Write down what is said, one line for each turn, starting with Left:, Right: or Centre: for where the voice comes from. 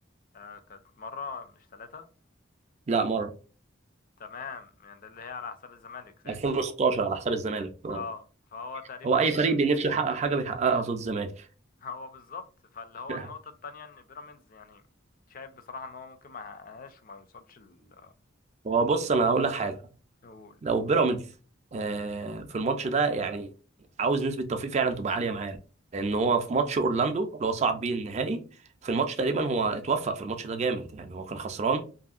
Left: آه، كانت مرة مش ثلاثة
Right: لا مره
Left: تمام يعني ده اللي هي على حساب الزمالك ساعتها
Right: 2016 على حساب الزمالك اه
Left: اه فهو تقريبا
Right: هو اي فريق
Left: بقى
Right: بنفسه يحقق حاجه بيحققها قصاد الزمالك
Left: <laughs> هو بالظبط فاللي هو
Right: <laughs>
Left: النقطة التانية ان بيراميدز يعني شايف بصراحة ان هو ممكن ما يحققهاش وما يوصلش ال
Right: هو بص انا هقول لك حاجه
Left: نقول
Right: لو بيراميدز آه، في الماتش ده يعني عاوز نسبه توفيق فعلا تبقى عاليه معاه لان هو في ماتش اورلاندو اللي هو صعب بيه النهائي في الماتش تقريبا هو اتوفق في الماتش ده جامد يعني هو كان خسران